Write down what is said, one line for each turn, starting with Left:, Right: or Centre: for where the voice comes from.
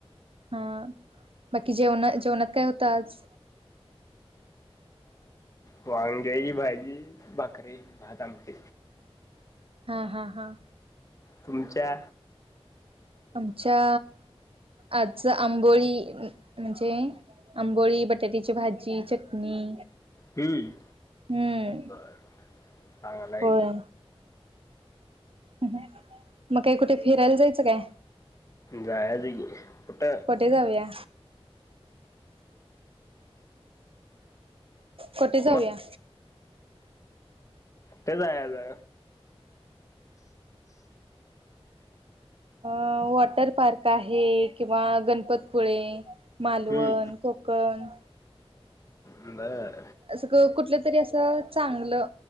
Right: हा बाकी जेवण जेवणात काय होतं आज
Left: वांग्याी भाजी भाकरी भात आमट
Right: हा हा हा
Left: तुमच्या
Right: आमच्या आजच आंबोळी म्हणजे आंबोळी बटाट्याची भाजी चटणी
Left: हम्म
Right: हम्म
Left: बर चांग
Right: होय मग काही कुठे फिरायला जायचं काय
Left: जायज पुठ
Right: कुठे जाऊया कटी जाऊया
Left: मग तेला जा
Right: वॉटर पार्क आहे किंवा गणपतपुळे मालवण
Left: हम्म.
Right: कोकण
Left: नाही
Right: असं कुठलं तरी असं चांगलं